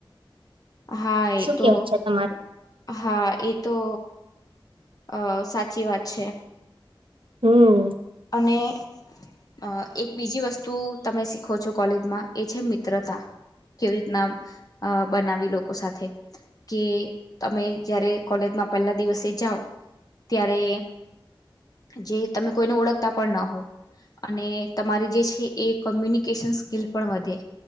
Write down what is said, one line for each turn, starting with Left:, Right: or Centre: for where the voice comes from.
Left: હા
Right: શું
Left: એ તો
Right: કેવું છે તમારું
Left: હા એ તો અ સાચી વાત છે
Right: હમ્મ
Left: અને અ એક બીજી વસ્તુ તમે શીખો છો કોલેજમાં એ છે મિત્રતા કેવી રીતના બનાવી લોકો સાથે કે તમે જયારે કોલેજ પહેલા દિવસે જાવ ત્યારે જે તમે કોઈ ઓળખ તા પણ ન હો અને તમારી જે છે એ કોમ્યુનિકેશન સ્કીલ પણ વધે